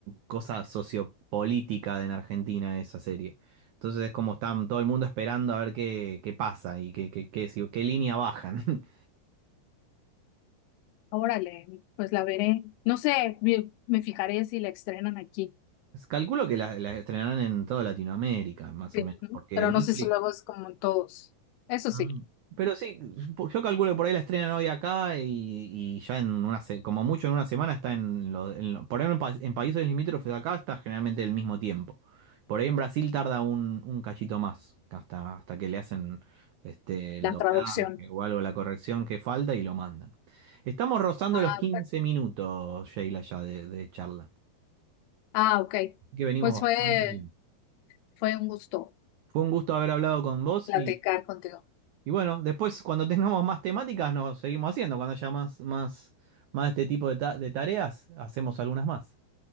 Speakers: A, on the right (about 80°); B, on the left (about 85°).
A: cosa sociopolítica de en Argentina esa serie. Entonces es como están todo el mundo esperando a ver qué, qué pasa y qué, qué, qué, si- qué línea bajan. <laughs>
B: Órale, pues la veré. No sé, me me fijaré si la estrenan aquí.
A: Calculo que la, la estrenarán en toda Latinoamérica, más
B: Sí,
A: o menos,
B: ¿no?
A: porque
B: Pero
A: Netflix...
B: no sé si luego es como en todos. Eso
A: Ah,
B: sí,
A: Pero sí, por- yo calculo que por ahí la estrenan hoy acá y, y ya en una se- como mucho en una semana está en, lo- en lo- por ahí en, pa- en países limítrofes de acá está generalmente el mismo tiempo. Por ahí en Brasil tarda un, un cachito más, hasta, hasta que le hacen este, el
B: la
A: doblaje
B: traducción.
A: o algo, la corrección que falta y lo mandan. Estamos rozando
B: Ah,
A: los 15
B: ok.
A: minutos, Sheila, ya de, de charla.
B: Ah, ok.
A: Así que venimos
B: Pues
A: bastante
B: fue,
A: bien.
B: fue un gusto
A: Fue un gusto haber hablado con vos
B: platicar contigo.
A: Y bueno, después cuando tengamos más temáticas nos seguimos haciendo. Cuando haya más, más, más de este tipo de, ta- de tareas, hacemos algunas más.